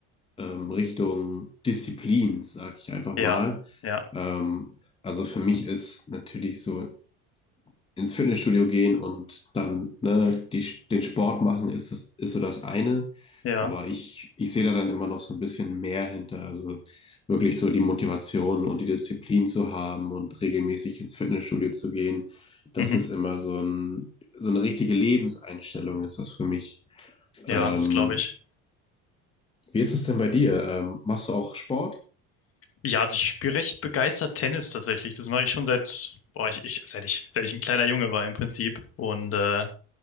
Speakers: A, on the left; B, on the left.
A: ähm, Richtung Disziplin, sag ich einfach
B: ja,
A: mal.
B: ja,
A: Ähm, also für mich ist natürlich so ins Fitnessstudio gehen und dann ne, die, den Sport machen, ist, das, ist so das eine.
B: ja,
A: Aber ich, ich sehe da dann immer noch so ein bisschen mehr hinter. Also wirklich so die Motivation und die Disziplin zu haben und regelmäßig ins Fitnessstudio zu gehen. Das
B: mhm,
A: ist immer so, ein, so eine richtige Lebenseinstellung, ist das für mich.
B: ja,
A: Ähm,
B: das glaube ich.
A: wie ist es denn bei dir? Ähm, machst du auch Sport?
B: Ja, also ich spiele recht begeistert Tennis tatsächlich. Das mache ich schon seit, boah, ich, ich, seit ich, seit ich ein kleiner Junge war im Prinzip. Und äh,